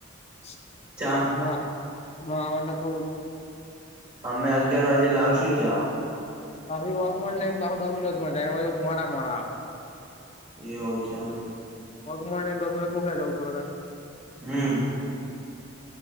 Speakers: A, on the left; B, on the right.
A: હ
B: ચા
A: હ આવાજ ના ક.
B: અમે અગિયાર વાગે લાગશું ચ.
A: હછી વગમન લઈને તો ડોમિનોઝ માં જાય મોડા મોડા.
B: એ હવ છે હમ.
A: મગમણને ગોમીત મ ખાઈ જઉંરાન.
B: હમ.